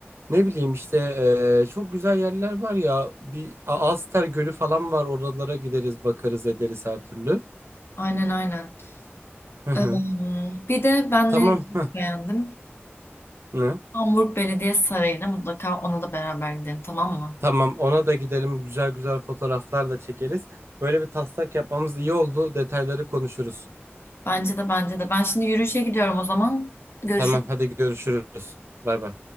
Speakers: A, on the right; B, on the left.
A: Ne bileyim işte eee, çok güzel yerler var ya. Bir A- Alster Gölü falan var. Oralara gideriz, bakarız, ederiz her türlü.
B: aynen, aynen.
A: Hı hı.
B: Ee, bir de ben
A: Tamam.
B: nereyi çok
A: Hı.
B: beğendim?
A: Ne?
B: Hamburg Belediye Sarayı'na mutlaka ona da beraber gidelim tamam mı?
A: Tamam ona da gidelim güzel güzel fotoğraflar da çekeriz. Böyle bir taslak yapmamız iyi oldu. Detayları konuşuruz.
B: Bence de bence de. Ben şimdi yürüyüşe gidiyorum o zaman. Görüşürüz.
A: Tamam hadi görüşürüz. Bay bay.